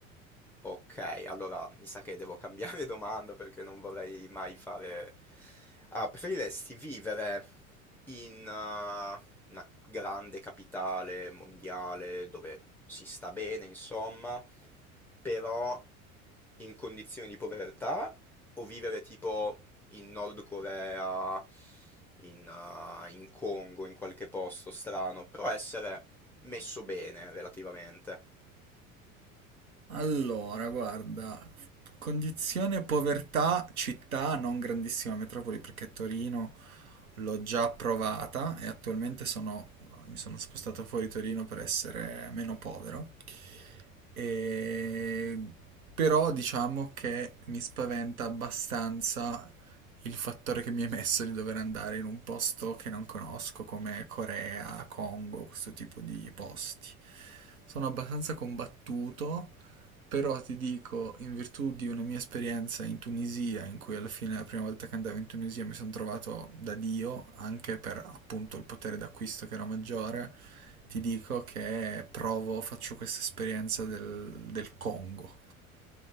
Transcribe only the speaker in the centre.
Ok, allora mi sa che devo cambiare <laughs> domanda perché non vorrei mai fare... Ah, preferiresti vivere in eh, una grande capitale mondiale dove si sta bene, insomma, però in condizioni di povertà o vivere tipo in Nord Corea, in, eh, in Congo, in qualche posto strano, però essere messo bene relativamente?